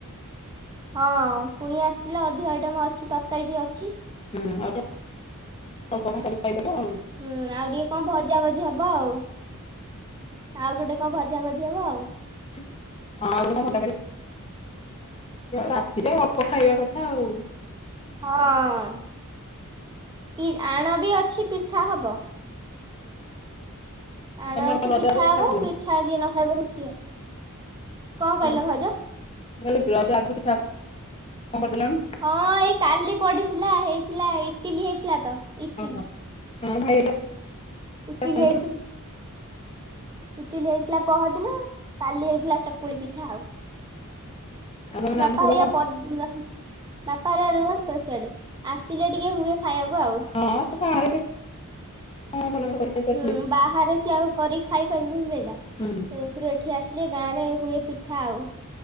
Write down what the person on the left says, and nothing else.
ହୁଁ ଆଉ <unintelligible> ଆଉ।
ହଁ ଆଉ ଟିକେ କଣ ଭଜା କରି ରାତିରେ ଅଳ୍ପ ଖାଇବା କଥା ଆଉ।
ତମେ
କଣ ରଜ
ଆଗରୁ
କଲଣି?
<unintelligible>
ଓହୋ ହଁ ଭାଇ <unintelligible>
ଅଛନ୍ତି।
ଆଉ ତମ ନାନୀ
ଖବର
କଣ?
ହଁ ବାହାରେ ସେ କଣ ଭଲ ମନ୍ଦ କରି ଖାଇକି
ଆସିଲେ।
ହଁ